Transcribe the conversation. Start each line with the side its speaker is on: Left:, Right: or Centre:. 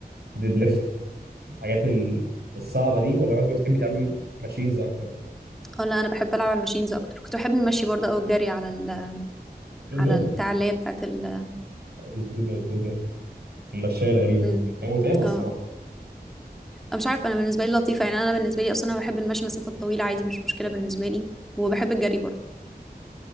Right: ديد ليفت الحاجات ال- الصعبه دي ولا مثلا بتحبي تعملي ماشينز اكتر
Centre: اه لا أنا بحب ألعب على الماشينز أكتر كنت بحب المشي برضه أو الجري على ال
Right: تريدميل
Centre: على البتاع اللي هي بتاعت ال
Right: التريدميل التريدميل المشاية الغريبة
Centre: مم.
Right: دي هي متعبة الصراحة
Centre: أه. مش عارفه انا بالنسبه لي لطيفه يعني انا بالنسبه لي اصلا انا بحب المشي مسافات طويله عادي مش مشكله بالنسبه لي وبحب الجري برضه